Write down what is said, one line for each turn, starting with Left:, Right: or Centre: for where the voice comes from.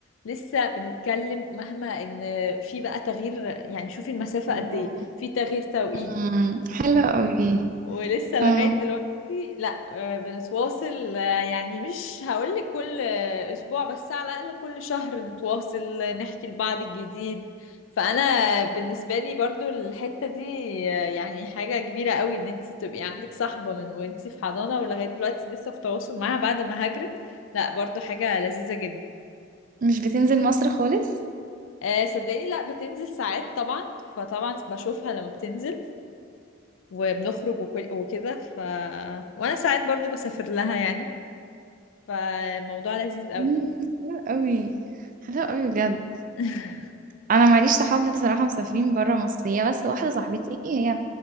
Left: لسه بنتكلم مهما ان في بقى تغيير يعني شوفي المسافه
Right: الله
Left: قد ايه في تغيير توقيت
Right: امم حلو قوي
Left: ولسه لغاية
Right: اه
Left: دلوقتي لا آه، بنتواصل آه، يعني مش هقولك كل آه، أسبوع بس على الأقل كل شهر نتواصل آه، نحكي لبعض الجديد فأنا بالنسبة لي برضو الحتة دي آه، يعني حاجة كبيرة قوي إن انتي تبقي عندك صاحبة من وانتي في حضانة ولغاية دلوقتي لسه في تواصل معاها بعد ما هاجرت لا برضو حاجة لذيذة جدا
Right: مش بتنزل مصر خالص
Left: آه، صدقيني لا بتنزل ساعات طبعا فطبعا بشوفها لما بتنزل وبنخرج وكل- وكده ف وانا ساعات برضو بسافر لها يعني فالموضوع لذيذ قوي
Right: مم، حلو قوي حلو قوي بجد
Left: <laughs>
Right: انا معليش صحاب بصراحه مسافرين بره مصر هي بس واحده صاحبتي هي